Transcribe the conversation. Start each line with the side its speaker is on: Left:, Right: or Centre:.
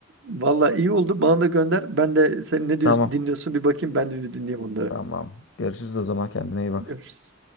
Right: Valla iyi oldu. Bana da gönder. Ben de sen ne diyorsun,
Left: Tamam.
Right: dinliyorsun bir bakayım. Ben de bir dinleyeyim onları.
Left: Tamam. Görüşürüz o zaman. Kendine iyi bak.
Right: Görüşürüz.